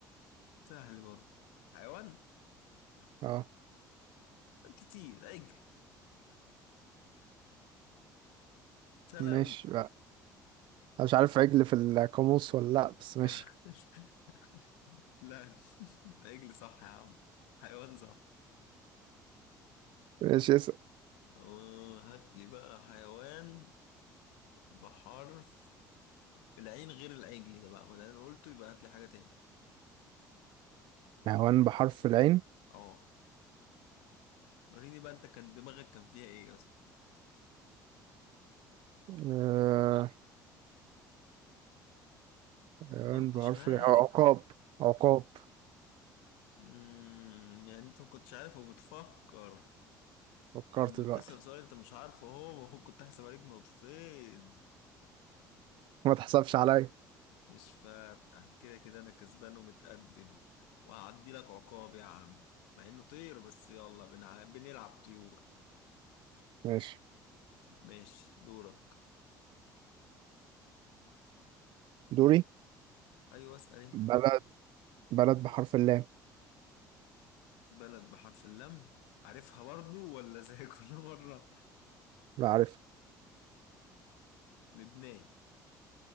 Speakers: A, on the left; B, on the right.
A: سهل برضه حيوان
B: اه
A: كتير عجل سهلة
B: مش
A: أوي
B: مش عارف عجل في القاموس ولا لا بس
A: <laughs>
B: ماشي
A: لا <laughs> عجل صح يا عم حيوان صح
B: ماشي اسم
A: آه، هات لي بقى حيوان بحرف العين غير العجل ده بقى ما ده انا قلته يبقى هات لي حاجة تاني
B: حيوان بحرف العين
A: اه وريني بقى انت كان دماغك كان فيها ايه اصلا
B: آه حيوان
A: ما كنتش
B: بحرف
A: عارف
B: العين عقاب عقاب
A: امم يعني انت ما كنتش عارف وبتفكر
B: فكرت
A: لما
B: دلوقتي
A: بتسأل سؤال انت مش عارفه هو المفروض كنت هحسب عليك نقطتين
B: ما تحسبش عليا
A: مش فارقة كده كده انا كسبان ومتقدم وهعدي لك عقاب يا عم مع انه طير بس يلا بنع... بنلعب طيور
B: ماشي
A: ماشي دورك
B: دوري
A: ايوه اسأل انت
B: بلد بلد بحرف اللام
A: بلد بحرف اللام عارفها برضو ولا زي <laughs> كل مرة
B: لا عارف
A: لبنان